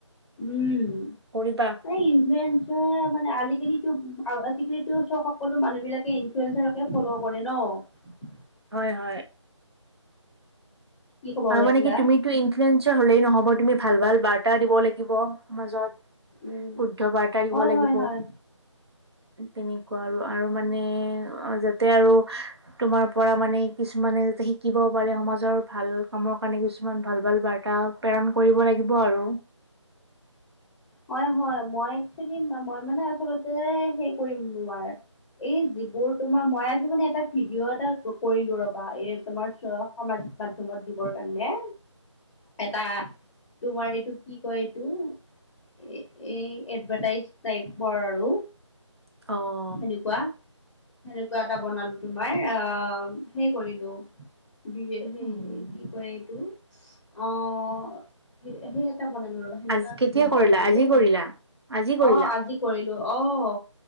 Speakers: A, in the centre; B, on the right.
A: উম
B: কৰিবা
A: এই ইনফ্লেঞ্চচাৰ মানে আজিকালি তো আজিকালিতো চব সকলো মানুহ বিলাকে ইনফ্লুৱেঞ্চাচাৰকে ফলো' কৰে ন
B: হয় হয়।
A: কি ক'ব ওলাইছিলা
B: আৰু মানে কি তুমিতো ইনফ্লুয়েঞ্চৱচাৰৰ হলেই নহব তুমি ভাল ভাল বাৰ্তা দিব লাগিব সমাজত
A: উম
B: শুদ্ধ বাৰ্তা দিব
A: হয়
B: লাগিব
A: হয় হয়
B: তেনেকুৱা আৰু আৰু মানে যাতে আৰু তোমাৰ পৰা মানে কিছুমানে যাতে শিকিব পাৰে সমাজৰ ভাল কামৰ কাৰণে কিছুমান ভাল ভাল বাৰ্তা প্ৰেৰণ কৰিব লাগিব আৰু
A: হয় হয় মই একচলি মই মানে আচলতে হেই কৰিম তোমাৰ এই যিবোৰ তোমাৰ মই আজি মানে এটা ভিডিঅ' এটা কৰিলো ৰবা এ তোমাৰ চ সামাজিক মাধ্যমত দিবৰ কাৰণে এটা তোমাৰ এইটো কি কয় এইটো এ এই এডভাটাইজ টাইপৰ আৰু
B: অ'
A: সেনেকুৱা সেনেকুৱা এটা বনালো তোমাৰ আহ হে কৰিলো বিয়ে সেই
B: উম,
A: এই কি কয় এইটো অ' সেই এটা বনালো ৰবা সেনেকুৱা
B: আজি কেতিয়া
A: ভিডিঅ' এটা
B: কৰিলা
A: বনালো
B: আজি কৰিলা আজি কৰিলা
A: অ' আজি কৰিলো অ'